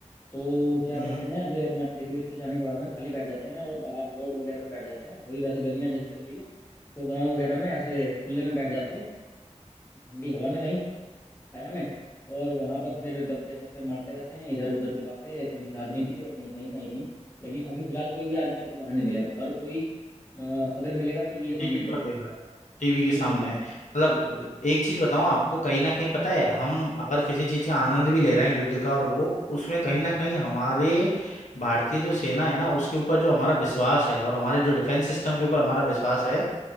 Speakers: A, on the left; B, on the left.
A: तो क्या
B: हम्म
A: करते हैं अभी अपना खेत वेत से जाने के बाद में खाली बैठ जाते हैं और बाहर रोड वगैरह पे बैठ जाते हैं अभी वैसे गर्मियाँ जैसे चल रही है तो गाँव वगैरह में ऐसे खुले में बैठ जाते हैं ठंडी हवा में कहीं छाया में और वहां पर फिर गप्पे सप्पे मारते रहते हैं इधर उधर की बातें कहीं राजनीति की और कहीं कहीं कहीं कहीं लेकिन अभी फिलहाल कोई भी आदमी आपको बाहर नहीं मिलेगा हर कोई अ, अगर मिलेगा टीवी के सामने
B: टीवी
A: मिलेगा
B: पर देख रहा है टीवी
A: टीवी
B: के सामने
A: में मिलेगा
B: है। मतलब
A: बिल्कुल बिल्कुल बिल्कुल
B: एक चीज बताऊं आपको कहीं ना कहीं पता है हम अगर किसी चीज का आनंद भी ले रहे हैं युद्ध का और वो उसमें कहीं ना कहीं हमारे भारतीय जो सेना है ना उसके ऊपर जो हमारा विश्वास है और हमारे जो डिफेंस सिस्टम के ऊपर हमारा विश्वास है